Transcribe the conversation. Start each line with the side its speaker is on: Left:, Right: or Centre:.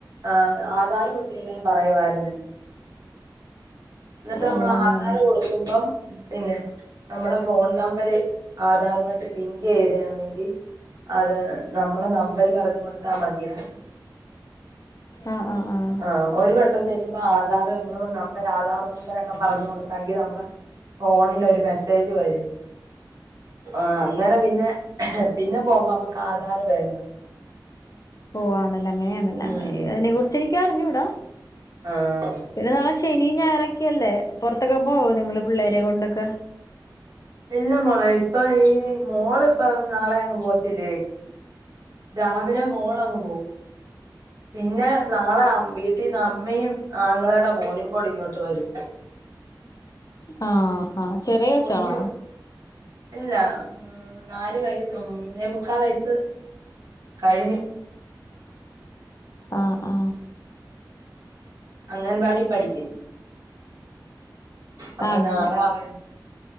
Right: ആഹ് ആധാറ് കൊണ്ട് ചെല്ലാൻ പറയുവായിരുന്ന് എന്നിട്ട്
Left: ഓ
Right: നമ്മള്
Left: അങ്ങനെ
Right: ആധാറ് കൊടുക്കുമ്പം പിന്നെ നമ്മുടെ ഫോൺ നമ്പര് ആധാറുവായിട്ട് ലിങ്ക് ചെയ്തയാന്നെങ്കി അത് നമ്മള നമ്പര് പറഞ്ഞു കൊടുത്താ മതിയാ
Left: ആഹ് ആഹ് ആഹ്
Right: ആഹ് ഒരു വട്ടം ചെല്ലുമ്പോ ആധാറ് നമ്മള നമ്പര് ആധാർ നമ്പരക്ക പറഞ്ഞു കൊടുക്കാങ്കി നമ്മള ഫോണിലൊരു മെസ്സേജ് വരും ആഹ് അങ്ങനെ പിന്നെ പിന്നെ പോകുമ്പോ നമ്മക്ക് ആധാറ് വേണ്ട
Left: ഓഹ് ആണല്ലേ അങ്ങനെയാണല്ലേ
Right: ഉം
Left: അങ്ങനെ അതിനെ കുറിച്ച് എനിക്ക് അറിഞ്ഞൂടാ
Right: ആഹ്
Left: പിന്നെ നാളെ ശനിയും ഞായറൊക്കെയല്ലേ പുറത്തൊക്കെ പോവോ നിങ്ങള് പിള്ളേരേം കൊണ്ടൊക്കെ
Right: ഇല്ല മോളെ ഇപ്പൊ ഈ മോള് ഇപ്പ നാളെ അങ്ങ് പോവത്തില്ലേ രാവിലെ മോളങ്ങു പോവും പിന്നെ നാള അ വീട്ടീന്ന് അമ്മയും ആങ്ങളേടെ മോനും കൂടി ഇങ്ങോട്ട് വരും
Left: ആഹ് ആഹ് ചെറിയ കൊച്ചാണോ
Right: കുഞ്ഞു ഇല്ല നാലു വയ മൂന്നേ മുക്കാ വയസ്സ് കഴിഞ്ഞു
Left: ആഹ് ആഹ്
Right: അംഗൻവാടീ പഠിക്ക്ന്ന് അപ്പൊ
Left: ആണല്ലേ
Right: നാളെ അവി